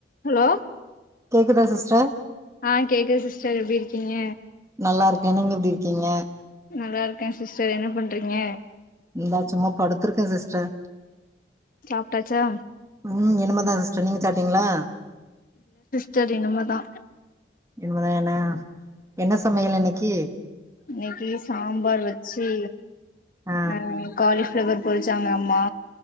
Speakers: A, on the left; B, on the right.
A: Hello
B: கேக்குதா sister
A: ஆ கேக்குது சிஸ்டர் எப்டி இருக்கீங்க
B: நல்லாயிருக்கே நீங்க எப்படி இருக்கீங்க
A: நல்லா இருக்கே சிஸ்டர் என்ன பண்றீங்க
B: இந்த சும்மா படுத்திருக்க சிஸ்டர்
A: சாப்ட்டாச்சா
B: ம் இனிமதா சிஸ்டர் நீங்க சாப்டீங்களா
A: டர் இனிமதா
B: இனிமதா என்ண என்ன சமையல் இன்னைக்கி
A: இன்னைக்கி சாம்பார் வச்சி
B: ஆ
A: அ காளிஃப் ஃப்ளவர் பொரிச்சாங்க அம்மா